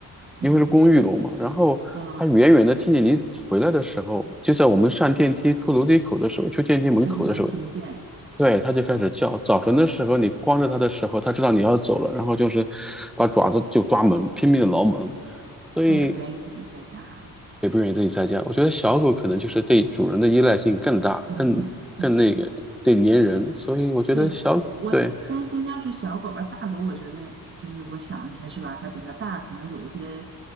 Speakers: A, in the centre; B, on the right.
A: 因为是公寓楼嘛，
B: 嗯
A: 然后他远远的听见你回来的时候，
B: 啊，
A: 就在我们上电梯出楼梯口的时候，去电梯门口的时候，
B: 他就能听见，
A: 对，他就开始叫。早晨的时候，你光着他的时候，他知道你要走了，然后就是把爪子就抓门，拼命的挠门，所以
B: 他也不愿意自己在家哈，
A: 也不愿意自己在家。我觉得小狗可能就是对主人的依赖性更大，
B: 也能听见。
A: 更更那个，对粘人，所以我觉得小，
B: 对，我就担心，
A: 对。
B: 要是小狗吧，大狗，我觉得就是我想着是吧，它比较大，可能有一些